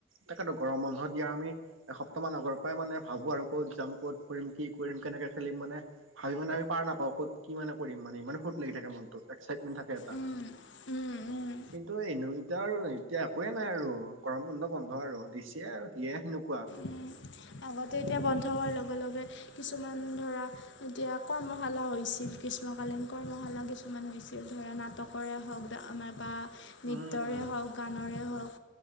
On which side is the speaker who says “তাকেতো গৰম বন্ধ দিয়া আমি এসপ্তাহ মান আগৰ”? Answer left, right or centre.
Right